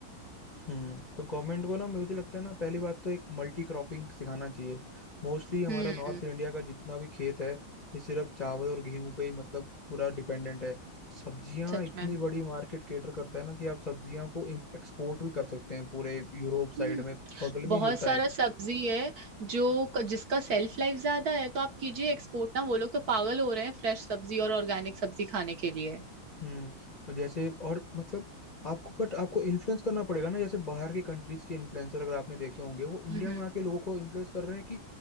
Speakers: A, on the left; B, on the right.
A: हम्म तो गवर्नमेंट को ना मुझे लगता है ना पहली बात तो एक मल्टी क्रॉपिंग सिखाना चाहिए मोस्टली हमारा
B: हम्म
A: नॉर्थ इंडिया का जितना भी खेत है ये सिर्फ चावल और गेहूं पे ही मतलब पूरा डिपेंडेंट है सब्जियां
B: सच
A: इतनी
B: में
A: बड़ी मार्केट केटर करता है ना कि आप सब्जियां को एक्सपोर्ट भी कर सकते हैं पूरे यूरोप साइड
B: हम्म
A: में बगल में
B: बहुत
A: ही जुड़ता
B: सारा
A: है
B: सब्जी है जो जिसका सेल्फ लाइफ ज्यादा है तो आप कीजिए एक्सपोर्ट ना वो लोग तो पागल हो रहे हैं फ्रेश सब्जी और ऑर्गेनिक सब्जी खाने के लिए
A: हम्म और जैसे और मतलब आपको बट आपको इन्फ्लुएंस करना पड़ेगा ना जैसे बाहर के कंट्रीज के इन्फ्लुएंसर अगर आपने देखे होंगे वो इंडिया
B: हम्म
A: में आके लोगों को इन्फ्लुएंस कर रहे हैं कि